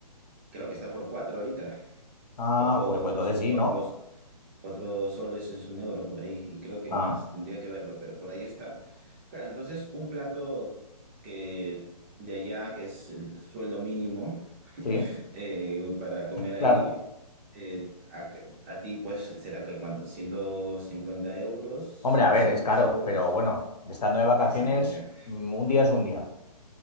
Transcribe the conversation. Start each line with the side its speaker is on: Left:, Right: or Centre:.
Right: creo que está por cuatro ahorita.
Left: Ah,
Right: Cuatro,
Left: joder, pues entonces sí,
Right: cuatro.
Left: ¿no?
Right: Cuatro soles es un euro por ahí, y creo que
Left: Ah,
Right: más, tendría que verlo, pero por ahí está. Claro, entonces un plato que de allá, que es el sueldo mínimo <laughs>
Left: sí,
Right: eh, para comer ahí,
Left: claro.
Right: eh, a, a ti pues será que cuánto, 150 euros,
Left: Hombre,
Right: 200
Left: a ver, es caro,
Right: euros.
Left: pero bueno, estando de vacaciones,
Right: Sí, sí, ya.
Left: mm, un día es un día.